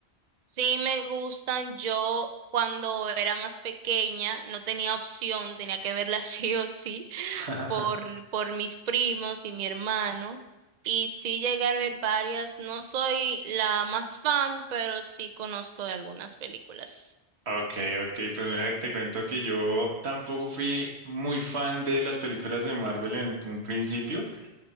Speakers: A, on the right; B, on the right.
A: Sí me gustan. Yo cuando era más pequeña no tenía opción, tenía que verla <laughs> sí o sí
B: <laughs>
A: por, por mis primos y mi hermano. Y sí llegué a ver varias. No soy la más fan, pero sí conozco de algunas películas.
B: Ok, ok, pues mira, te cuento que yo tampoco fui muy fan de las películas de Marvel en un principio.